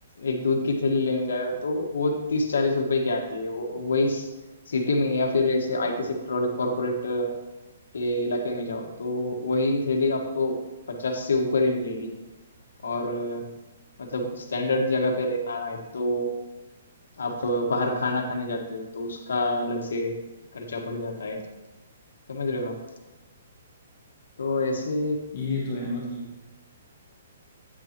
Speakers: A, on the left (about 80°); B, on the left (about 30°).
A: एक दूध की थैली लेने जाए तो वो तीस चालीस रुपए की आती है वो वही सिटी में या फिर ऐसे आईटी सेक्टर वाले कॉरपोरेट के इलाके में जाओ तो वही थैली आपको पचास से ऊपर ही मिलेगी और अ, मतलब स्टैंडर्ड जगह पे रहना है तो आप बाहर खाना खाने जाते हो तो उसका अलग से खर्चा पड़ जाता है समझ रहे हो आप तो ऐसे
B: ये तो है मतलब